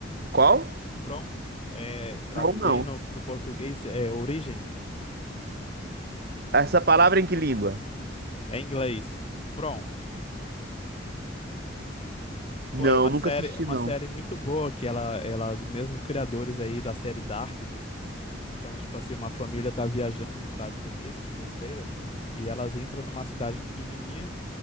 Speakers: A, on the right; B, on the left.
A: Qual?
B: From, é, traduzindo
A: Não, não.
B: para o português, é origem,
A: Essa palavra em que língua?
B: é em inglês. From.
A: Não,
B: Pô, é uma
A: nunca
B: série,
A: assisti,
B: é uma
A: não.
B: série muito boa que ela, ela, mesmo criadores aí da série Dark, né? Então, tipo assim, uma família tá viajando nos Estados Unidos num trailer e elas entram numa cidade pequenininha.